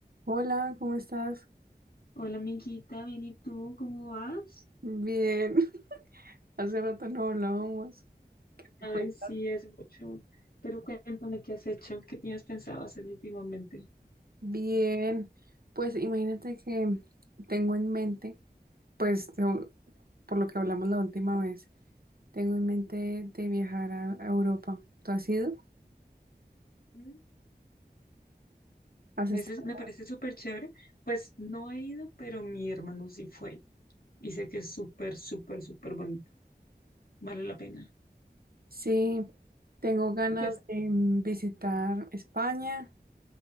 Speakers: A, on the right; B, on the left.
A: Hola, ¿cómo estás?
B: Hola, amiguita, bien, ¿y tú cómo vas?
A: Bien, <laughs> hace rato no hablábamos. ¿Qué
B: Ay,
A: cuentas?
B: sí, hace mucho. Pero cuéntame qué has hecho, qué tienes pensado hacer últimamente.
A: Bien, pues imagínate que tengo en mente, pues te- por lo que hablamos la última vez, tengo en mente de viajar a, a Europa. ¿Tú has ido?
B: Mm,
A: ¿Has
B: Eso
A: estado?
B: es- me parece súper chévere. Pues no he ido, pero mi hermano sí fue. Y sé que es súper, súper, súper bonito. Vale la pena.
A: Sí, tengo ganas
B: Pues
A: de mm, visitar España,